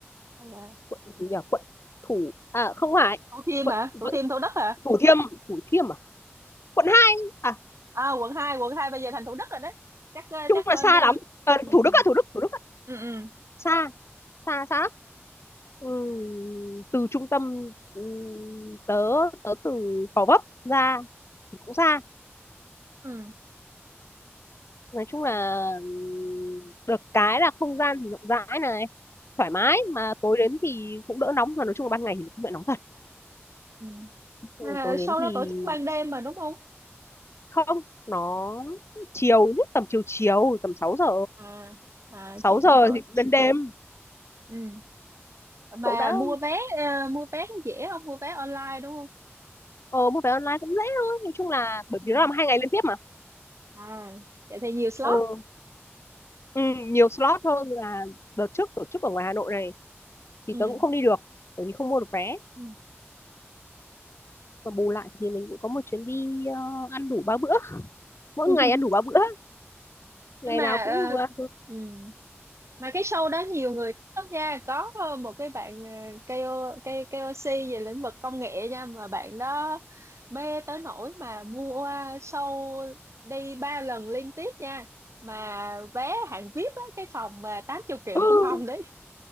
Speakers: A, on the right; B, on the left.
A: hay là
B: quận gì nhỉ quận Thủ à không phải
A: Thủ Thiêm
B: quận
A: hả
B: vẫn
A: Thủ Thiêm Thủ Đức hả
B: Thủ Thiêm Thủ Thiêm quận 2 à
A: à quận hai quận 2 bây giờ thành Thủ Đức rồi đấy chắc ờ,
B: chung
A: chắc
B: là
A: bên
B: xa
A: ờ,
B: lắm Ờ,
A: ừ
B: Thủ
A: ừ
B: Đức à Thủ Đức Thủ Đức ạ.
A: ừ ừ
B: xa xa xa lắm Ừm, từ trung tâm ừm, tớ tớ từ Gò Vấp ra thì cũng xa
A: ừ
B: nói chung là ừm, được cái là không gian thì rộng rãi này thoải mái mà tối đến thì cũng đỡ nóng mà nói chung là ban ngày thì cũng bị nóng thật
A: ừ
B: Ừ,
A: à,
B: tối đến
A: sau
B: thì
A: đó tổ chức ban đêm mà đúng không
B: không nó chiều nhất tầm chiều chiều tầm sáu giờ
A: à à
B: 6
A: chiều
B: giờ
A: tới tối
B: thì cũng đến đêm
A: ừ mà
B: cậu đã
A: mua vé ờ, mua vé có dễ không mua vé online đúng không
B: ờ mua vé online cũng dễ thôi nói chung là bởi
A: ừ
B: vì nó làm hai ngày liên tiếp mà
A: à vậy thì nhiều slot
B: ừ, ừ nhiều slot hơn là đợt trước tổ chức ở ngoài Hà Nội này thì
A: ừ
B: tớ cũng không đi được bởi vì không mua được vé
A: ừ
B: và bù lại thì mình cũng có một chuyến đi ờ, ăn đủ ba bữa mỗi
A: ừ
B: ngày ăn
A: <laughs>
B: đủ ba bữa ngày
A: nhưng mà
B: nào
A: ờ,
B: cũng ờ,
A: ừm, mà cái show đó nhiều người thích lắm nha có ờ, một cái bạn ờ, KO, K- KOC về lĩnh vực công nghệ nha mà bạn đó mê tới nỗi mà mua show đi ba lần liên tiếp nha mà vé hạng VIP á, cái phòng mà 80 triệu
B: ừ.
A: một
B: <gasps>
A: phòng đấy